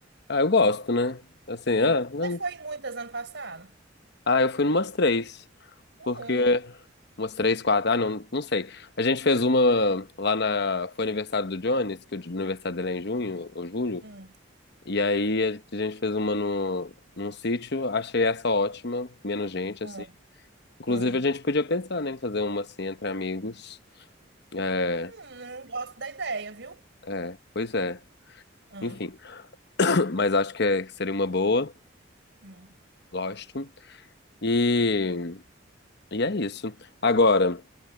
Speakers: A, on the left (about 60°); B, on the right (about 65°).
A: Ah, eu gosto, né? Assim, ah, não-
B: Você foi em muitas ano passado?
A: ah, eu fui numas três.
B: Hum,
A: Porque. Umas três, quatro. Ah, não, não sei. A gente fez uma lá na. Foi aniversário do Jones, que o aniversário dele é em junho ou julho.
B: hum,
A: E aí a gente fez uma no, num sítio. Achei essa ótima. Menos gente,
B: hum,
A: assim. Inclusive,
B: hum.
A: a gente podia pensar, né, em fazer uma assim entre amigos. É,
B: Hum, gosto da ideia, viu?
A: é, pois é.
B: Hum,
A: Enfim. <coughs> <clears throat> Mas acho que é- que seria uma boa.
B: hum.
A: Gosto. E. E é isso. Agora,